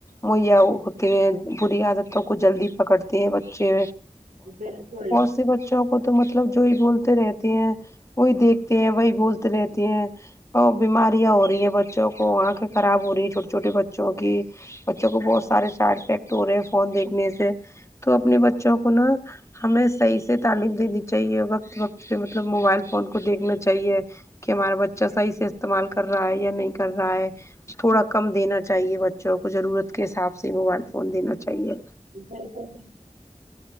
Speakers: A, on the left; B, on the right.
A: مہیا ہوتے ہیں بری عادتوں کو جلدی پکڑتے ہیں بچے
B: بالکل
A: ایسے بچوں کو تو مطلب جو ہی بولتے رہتے ہیں وہی دیکھتے ہیں وہی بولتے رہتے ہیں ہاو بیماریاں ہو رہی ہیں بچوں کو آنکھیں خراب ہو رہی ہیں چھوٹے چھوٹے بچوں کی بچوں کو بہت سارے سائڈ افیکٹ ہو رہے ہیں فون دیکھنے سے تو اپنے بچوں کو نا ہمیں صحیح سے تعلیم دینی چاہیے وقت وقت پے مطلب موبائل فون کو دیکھنا چاہیے کہ ہمارا بچہ صحیح سے استعمال کر رہا ہے یا نہیں کر رہا ہے تھوڑا کم دینا چاہیے بچوں کو ضرورت کے حساب سے موبائل فون دینا چاہیے
B: بالکل <unintelligible>